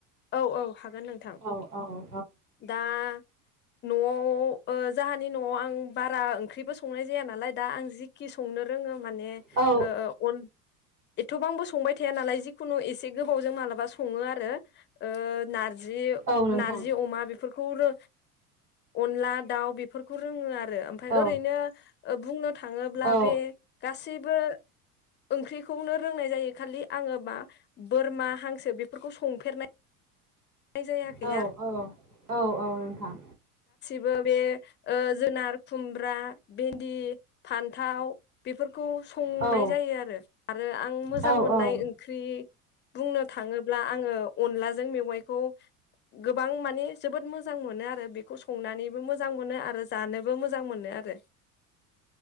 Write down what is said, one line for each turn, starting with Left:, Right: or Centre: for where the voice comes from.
Left: औ औ हागोन नोंथां
Right: औ औ
Left: दा न'आव <unintelligible> ओ जोहानि न'आव आं बारा ओंख्रिबो संनाय जाया नालाय दा आं जि खि संनो रोङो माने
Right: औ
Left: ओ-ओ अन एथबांबो सं संबाय थाया नालाय जिखुनु एसे गोबावजों मालाबा सङो आरो ओ नारज जि
Right: औ नोंथां
Left: नारजि अमा बेफोरख खौरो अनला दाउ बेफोरखौ रोङो आरो रो ओमफाय
Right: औ
Left: ओरैनो ओ बुंनो थाङोब्ला
Right: औ
Left: बे गासैबो। ओंख्रिखौनो रोंनाय जायो खालि आङो मा बोरमा हांसो बेफोरखौ संफेरनाय जायाखै
Right: औ
Left: आरो
Right: औ औ औ नोंथां
Left: ओ बे ओ जोनार खुमब्रा भेन्दि फान्थाव बेफोर खौ संनाय
Right: औ
Left: जायो आरो-आरो आं मोजां
Right: औ औ
Left: मोननाय
Right: औ
Left: ओंख्रि बुंनो थाङोब्ला आङो अनलाजों मेवाइ खौ गोबां माने जोबोद मोजां मोनो आरो बेखौ संनानैबो मोजां मोन आरो जानोबो मोजां मोनो आरो